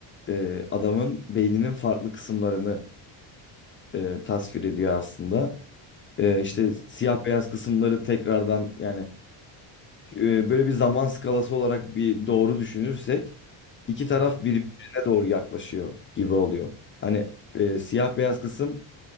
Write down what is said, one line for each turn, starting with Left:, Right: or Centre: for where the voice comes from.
Left: e, adamın beyninin farklı kısımlarını e, tasvir ediyor aslında. E, işte
Right: Hı.
Left: siyah beyaz kısımları tekrardan yani e, böyle bir zaman skalası olarak bir doğru düşünürsek iki
Right: Hı
Left: taraf
Right: hı.
Left: birbirine doğru yaklaşıyor gibi oluyor. Hani e, siyah beyaz kısım